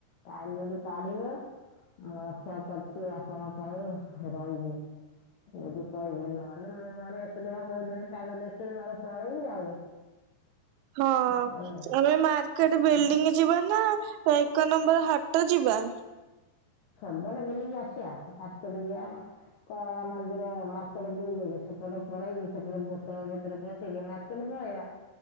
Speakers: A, on the left (about 75°); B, on the right (about 85°).
A: ଟାଇମରେ ଯଦି ଚାଲିବ ମୁଁ ଅପେକ୍ଷା କରିଛି ଆପଣଙ୍କ ପାଇଁ ରହିବି। ଯଦି କହିବ ନହେଲେ ମୁଁ ମୋର ଏକୁଟିଆ ଯୋଉଥରେ ତା ଗଲେ ସେ ମର ଚଲେଇନି ଆଉ।
B: ହଁ
A: ଆଉ
B: ଆମେ ମା କେଟେ ବିଲ୍ଡିଂ ଯିବା ନା ଏକ ନମ୍ବର ହାଟ ଯିବା?
A: ସବୁଆଡେ ବୁଲିକି ଆସିବା ହାଟ କୁ ଯିବା ମା କଳା ମନ୍ଦିର ମାର୍କେଟ ବୁଲକି ସେପଟେ ପଳେଇକି ସେପଟେ ଭ ତଳ ଭିତରେ ପଶିକି ମାର୍କେଟ ପଳେଇବା।